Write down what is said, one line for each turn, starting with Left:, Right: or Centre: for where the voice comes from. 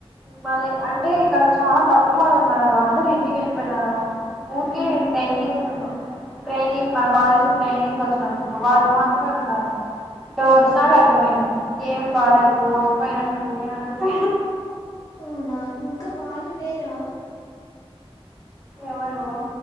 Centre: మళ్ళీ అంటే ఇక్కడ చాలా తక్కువ మంది ఉన్నారు అందరు ఇంటికి వెళ్ళిపోయినారు ఊకే
Left: ఉమ్
Centre: ట్రైనింగ్ ట్రైనింగ్ మన కాలేజ్ ట్రైనింగ్ వచ్చినడు వాళ్ళు మాత్రమే ఉన్నారు ఇట వచ్చినాకే
Left: ఆ
Centre: అర్థమయ్యింది ఏం బాలేదు భోచిపోయినట్టుంది అనేసి
Left: ఉనా ముక్క వాళ్ళు లేరా
Centre: ఎవరు